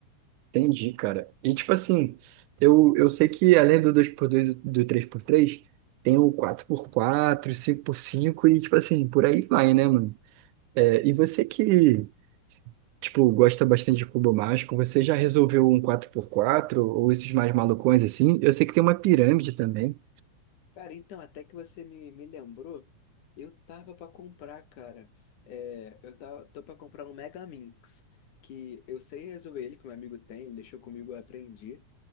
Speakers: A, on the right; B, on the left.
A: Entendi, cara. E tipo assim, eu, eu sei que além do dois por dois e do três por três tem o quatro por quatro cinco por cinco e tipo assim, por aí vai, né, mano? É, e você que, tipo, gosta bastante de cubo mágico, você já resolveu um quatro por quatro ou esses mais malucões assim? Eu sei que tem uma pirâmide também.
B: Cara, então, até que você me, me lembrou, eu tava pra comprar, cara. É, eu tava, tô pra comprar um Mega Minx, que eu sei resolver ele, que meu amigo tem, ele deixou comigo, eu aprendi.